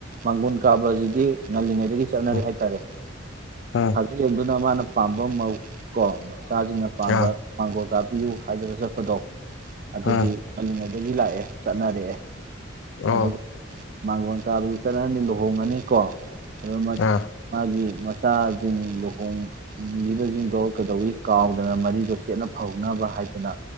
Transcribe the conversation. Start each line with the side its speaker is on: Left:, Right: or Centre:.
Right: ꯃꯥꯡꯒꯣꯟ ꯀꯥꯕꯁꯤꯗꯤ ꯉꯜꯂꯤꯉꯩ ꯆ
Left: ꯎꯝ
Right: ꯍꯥꯏꯔꯦ
Left: ꯎꯝ
Right: ꯁꯥꯒꯅ ꯄꯥꯝꯕ ꯃ ꯀꯣꯝꯕ ꯆꯥꯖꯉ ꯄꯥꯝꯕ
Left: ꯑꯥ
Right: ꯄꯥꯡꯣ ꯆꯥꯕꯤꯌꯨ ꯍꯥꯏꯗꯅ ꯆꯠꯄꯗꯣ ꯑꯗꯨꯗꯤ
Left: ꯎꯝ
Right: ꯑꯜꯂꯤꯉꯩ ꯗꯒꯤ ꯂꯥꯛꯑꯦ ꯆꯠꯅꯔꯛꯑꯦ
Left: ꯑꯣ
Right: ꯑꯗꯨ ꯃꯥꯡꯒꯣꯟ ꯀꯥꯕꯗꯨ ꯆꯠꯅꯔꯅꯤ ꯂꯨꯍꯣꯡꯉꯅꯤꯀꯣ ꯑ ꯃ
Left: ꯑꯥ
Right: ꯃꯥꯦ ꯃꯆꯥꯁꯤꯡ ꯂꯨꯍꯣꯡꯂꯤꯕꯁꯤꯡꯗꯣ ꯀꯩꯗꯧꯋꯤ ꯀꯥꯎꯗꯅ ꯃꯔꯤꯗꯣ ꯆꯦꯠꯅ ꯐꯥꯎꯅꯕ ꯍꯥꯏꯗꯅ